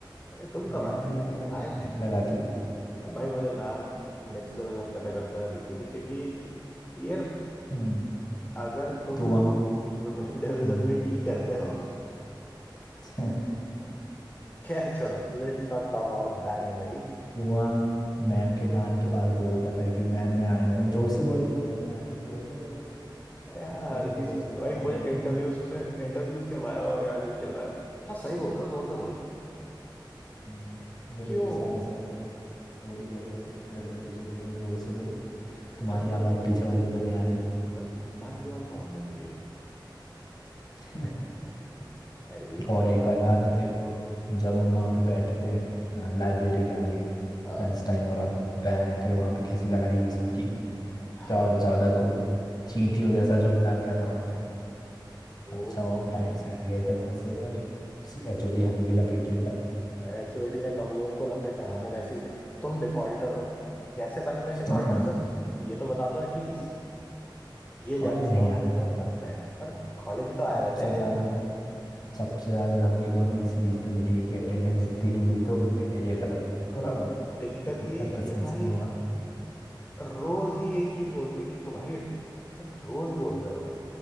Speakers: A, on the left (about 20°); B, on the left (about 55°).
A: तुम
B: मैम
A: कब आए
B: भी भयंकर अटेंडेंस
A: आए थे
B: नहीं लगाती थी
A: अब भाई मुझे मैम नेक्स्ट लेवल हरकतें करते हुए दिख रही थी क्योंकि यार
B: हम्म
A: अगर तुम
B: तो वहाँ
A: वेब डेवलपमेंट
B: हम्म
A: ही करते हो
B: <laughs>
A: <laughs> क्या छोड़ो let's not talk about bad memories
B: कुआ मैम के कान के पास बोलता था कि मैम मैं आया हूँ जोर से बोलो मैम मैं आया हूँ जोर से बोलो <laughs>
A: अरे हाँ
B: तब तक
A: हर
B: तो
A: चीज
B: थोड़े जोर
A: पे
B: से
A: भाई
B: नहीं
A: मुझे
B: बोलेगा
A: इंटरव्यूज पे इंटरव्यूज के वायवा वगैरह जो भी चल रहा है हाँ सही बोल रहे हो जोर से बोल रहे हो
B: हम्म, जो
A: क्यों
B: इंग्लिश वाले सर थे वो वो भी कहते थे प्रेजेंटेशन दे रहे हो जोर से दो तुम्हारी
A: सर
B: आवाज़ पीछे वालों को नहीं आ रही
A: सर मैक्सिमम साउंड है मेरी उधर
B: <laughs>
A: भाई, ये क्या
B: और
A: बात
B: एक बार
A: है
B: याद है तेरे को जब हम वहाँ पे बैठे थे लाइब्रेरी के आगे
A: हाँ
B: लंच टाइम और अब भयंकर वहाँ पे कैसी लड़ाई हुई सबकी इतना
A: भाई
B: ज़्यादा गुट चींटियों जैसा झुंड आ गया था वहाँ
A: सोच
B: अच्छा हुआ
A: वो
B: हम टाइम
A: देख
B: से हट गए थे वहां से पर एचओडी हमें भी लपेट लेता
A: एचओडी ने कम लोगों को लपेटा है, हमें वैसे ही भाई तुम डिफॉल्टर हो कैसे बन गए
B: हाँ
A: डिफॉल्टर सर ये तो बता दो एटलीस्ट ये
B: कॉलेज
A: जानना
B: नहीं
A: तो हम
B: आते
A: डिजर्व
B: थे
A: करते हैं सर कॉलेज ही तो आए
B: सबसे
A: हुए थे
B: ज्यादा सबसे ज्यादा धमकी तो हमें इसी चीज पे मिली है कि अटेंडेंस इतनी नहीं हुई तो कैरियर खत्म खत्म
A: और दिक्कत
B: 75%
A: ये
B: परसेंट
A: कि भाई
B: से हुआ था
A: रोज ही यही चीज बोलते कि तुम्हारी सर रोज बोल रहे हो